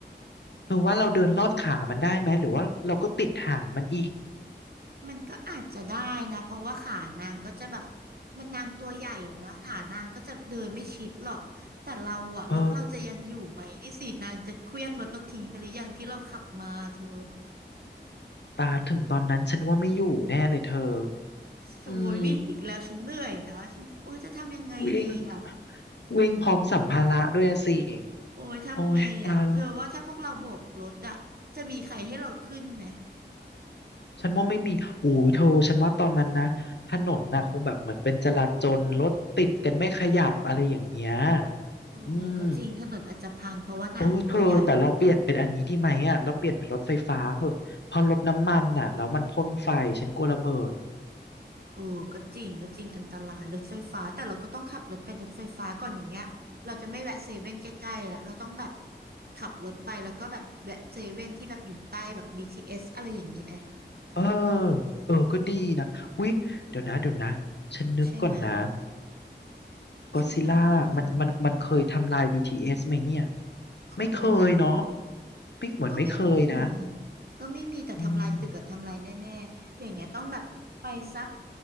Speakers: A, on the left; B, on the right.
A: เธอว่าเราเดินลอดขามันได้ไหมหรือว่าเราก็ติดหางมันอีก
B: มันก็อาจจะได้นะเพราะว่าขานางก็จะแบบมันนางตัวใหญ่แล้วนะขานางก็จะเดินไม่ชิดหรอกแต่เราอะรถเราจะยังอยู่ไหมนี่สินางจะเคลี้ยงรถเราทิ้งไปหรือยังที่เราขับมาเธอ
A: เออ ตาถึงตอนนั้นฉันว่าไม่อยู่แน่เลยเธอ
B: โอ้ยวิ่งอีกแล้วฉันเหนื่อยนะฉันโอ้ยจะทำยังไงดีอะ
A: อืมวิ่งวิ่งพร้อมสัมภาระด้วยอะสิ
B: โอ้ยทำไงอะเธอว่าถ้าพวกเราโบกรถอะจะมีใครให้เราขึ้นไหม
A: โอ้ยตายแล้วฉันว่าไม่มีโอ้ยเธอฉันว่าตอนนั้นนะถนนน่ะคงแบบเหมือนเป็นจราจรรถติดกันไม่ขยับอะไรอย่างเงี้ย
B: โอ้ก็จริงถนนอาจจะพังเพราะว่านางตัวใหญ่
A: อืมโอ้เธอแต่เราเปลี่ยนเป็นอันนี้ดีไหมอ่ะเราเปลี่ยนเป็นรถไฟฟ้าเหอะเพอรถน้ำมันน่ะแล้วมันพ่นไฟฉันกลัวระเบิด
B: เออก็จริงก็จริงอันตรายรถไฟฟ้าแต่เราก็ต้องขับรถไปรถไฟฟ้าก่อนอย่างเงี้ยเราจะไม่แวะเซเว่นใกล้ๆแล้วเราต้องแบบขับรถไปแล้วก็แบบแวะเซเว่นที่แบบอยู่ใต้แบบ BTS อสอะไรอย่างนี้ไหม
A: เออเออก็ดีนะอุ๊ยเดี๋ยวนะเดี๋ยวนะฉันนึกก่อนนะ
B: ใช่ไหม
A: ก็ซิล่ามันมันมันเคยทำลาย
B: ที่ไหนอะเธอ
A: BTS ไหมเนี่ย
B: เคยไหม
A: ไม่เคยเนาะไม่เหมือนไม่เคยนะ
B: ก็ไม่มีก็ไม่มีแต่ทำลายตึกอะทำลายแน่ๆอย่างเงี้ยต้องแบบไปสัก
A: อืม